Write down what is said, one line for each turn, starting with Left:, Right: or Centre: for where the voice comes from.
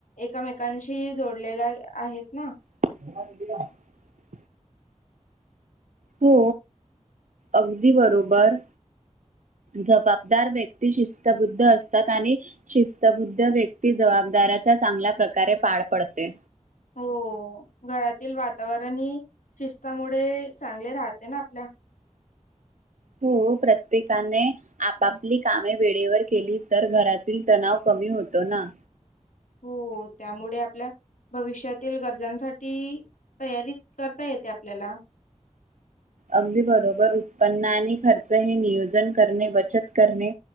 Left: एकमेकांशी जोडलेल्या आ आहेत ना.
Right: <unintelligible> हो अगदी बरोबर जबाबदार व्यक्ती शिस्तबुद्ध असतात, आणि शिस्तबुद्ध व्यक्ती जबाबदाराच्या चांगल्या प्रकारे पार पडते.
Left: हो घरातील वातावरण आणि शिस्तामुळे चांगले राहते, ना आपल्या.
Right: तू प्रत्येकाने आपापली कामे वेळेवर केली, तर घरातील तणाव कमी होतो ना.
Left: हो, त्यामुळे आपल्या भविष्यातील गरजांसाठी तयारीच करता येते आपल्याला.
Right: अगदी बरोबर उत्पन्नाने खर्च हे नियोजन करणे बचत करणे,